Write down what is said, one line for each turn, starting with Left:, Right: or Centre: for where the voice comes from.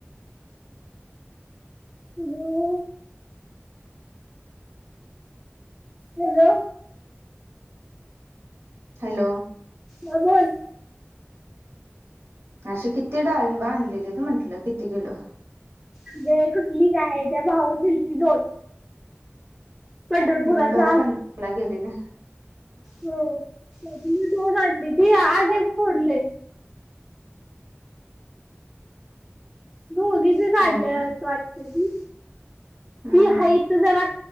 Centre: hello. हॅलो.
Right: हॅलो
Centre: हां बोल.
Right: अशी किती डाळिंब आणलेलीत म्हंटलं किती किलो?
Centre: म्हणजे कुठली काय त्या भाऊनी दिलती दोन. पंढरपुराचं
Right: हं भाऊ पंढरपूरला गेलेलं.
Centre: हो, त्यातली दोन आणलीती आज एक फोडलंय. दोन्हीं बी काढल्यात
Right: आणि का
Centre: वाडतं बी.
Right: हम्म
Centre: ती हाईत जरा